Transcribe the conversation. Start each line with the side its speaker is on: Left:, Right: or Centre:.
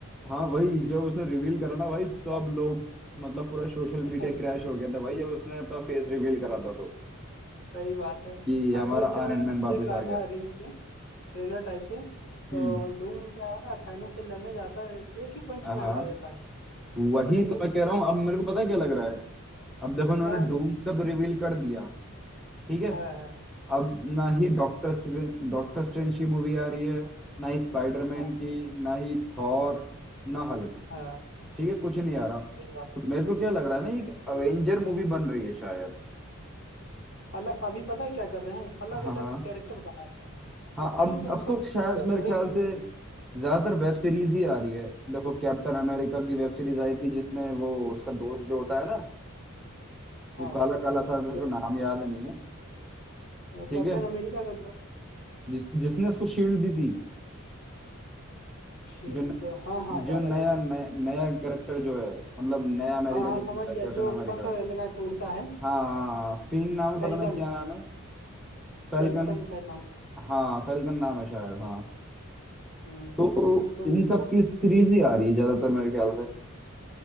Centre: हाँ वही जब उसने रिवील करा ना भाई सब लोग मतलब पूरा सोशल
Left: <laughs>
Centre: मीडिया क्रैश हो गया था भाई जब उसने अपना फेस रिवील करा था तो
Left: सही बात है
Centre: कि हमारा
Left: अभी एक ठे
Centre: आयरन
Left: मैं
Centre: मैन
Left: देख
Centre: वापस
Left: रहा
Centre: आ गया
Left: था रील्स में ट्रेलर टाइप से तो
Centre: हम्म
Left: डूम क्या है ना थानोस से लड़ने जाता है एक ही पंच
Centre: हाँ
Left: में हरा देता है
Centre: वही
Left: बताइए
Centre: तो मैं कह रहा हूँ अब
Left: <laughs>
Centre: मेरे को पता है क्या लग रहा है अब देखो उन्होंने
Left: हाँ
Centre: डूम्स का तो रिवील कर दिया ठीक है
Left: हाँ हाँ
Centre: अब ना
Left: ठीक
Centre: ही डॉक्टर
Left: है
Centre: डॉक्टर स्ट्रेंज की मूवी आ रही है ना ही स्पाइडरमैन
Left: हाँ
Centre: की ना ही थॉर ना हल्क
Left: हाँ
Centre: ठीक है कुछ नहीं आ रहा तो
Left: सही बात
Centre: मेरे को क्या लग रहा है ना ये एक अवेंजर मूवी बन रही है शायद
Left: अलग अभी पता है क्या कर रहे हैं अलग
Centre: हाँ
Left: अलग
Centre: हाँ
Left: कैरेक्टर बना रहे हैं
Centre: हाँ
Left: अब फिर
Centre: अब
Left: से उन
Centre: अब
Left: सबको
Centre: तो शायद
Left: इनका
Centre: मेरे
Left: जोड़ेंगे
Centre: ख्याल से ज्यादातर वेब सीरीज ही आ रही है देखो कैप्टन अमेरिका की वेब सीरीज आई थी जिसमें वो उसका दोस्त जो होता है ना
Left: हाँ
Centre: वो काला
Left: हाँ
Centre: काला सा मेरे
Left: लो
Centre: को नाम याद नहीं है ठीक
Left: कैप्टन
Centre: है
Left: अमेरिका का जो
Centre: जिस जिसने उसको शील्ड दी थी
Left: शील्ड
Centre: जो न,
Left: हाँ हाँ
Centre: जो
Left: याद
Centre: नया
Left: आ गया
Centre: नया, नया कैरेक्टर जो है मतलब नया अमेरिका
Left: हाँ हाँ
Centre: जो
Left: समझ
Centre: बन गया
Left: गया
Centre: कैप्टन
Left: जो
Centre: अमेरिका
Left: पंख लगा के उड़ता है
Centre: हाँ हाँ फिंग नाम है पता
Left: फैल्कन
Centre: नहीं क्या नाम है फेल्कन
Left: फैल्कन शायद नाम
Centre: हाँ फेल्कन नाम है शायद हाँ
Left: हम्म
Centre: तो
Left: तो
Centre: इन सब
Left: वो
Centre: की सीरीज ही आ रही है ज्यादातर मेरे ख्याल से